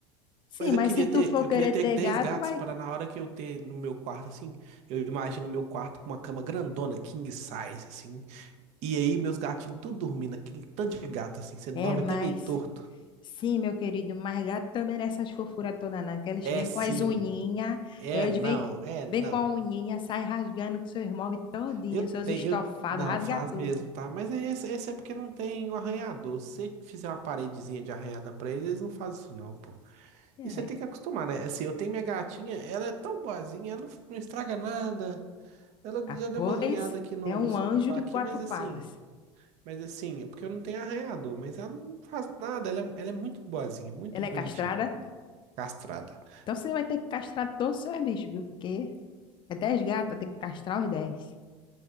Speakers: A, on the left; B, on the right.
A: Sim,
B: Mas
A: mas
B: eu queria
A: se tu
B: ter,
A: for
B: eu
A: querer
B: queria ter
A: ter
B: 10
A: gato,
B: gatos
A: vai.
B: para na hora que eu ter no meu quarto assim, eu imagino o meu quarto com uma cama grandona, king size assim. E aí meus gatinhos tudo dormindo, aquele tanto de gato assim, você dorme
A: É, mas
B: até meio torto.
A: Sim, meu querido, mas gato também nessas fofuras toda não, que eles
B: É
A: vêm
B: sim,
A: com as unhinhas,
B: É,
A: eles
B: não,
A: vêm,
B: é, não.
A: vêm com a unhinha, sai rasgando seus móveis todinhos,
B: Eu
A: seus
B: tenho,
A: estofados,
B: eu, não,
A: rasga
B: faz
A: tudo.
B: mesmo, tá? Mas aí esse, esse é porque não tem o arranhador. Se você fizer uma paredezinha de arranhada pra eles, eles não fazem isso não, pô.
A: É.
B: E você tem que acostumar, né? Assim, eu tenho minha gatinha, ela é tão boazinha, ela não, não estraga nada. Ela
A: Ah,
B: já deu
A: pois
B: uma zunhada aqui no,
A: é um
B: no sofá
A: anjo de
B: aqui,
A: quatro
B: mas
A: patas.
B: assim, mas assim, é porque eu não tenho arranhador, mas ela não faz nada, ela é, ela é muito boazinha, muito
A: Ela
B: bonitinha,
A: é castrada?
B: castrada. <laughs>
A: Então você vai ter que castrar todos os seus bichos, viu? Porque é dez gatos, tem que castrar os dez.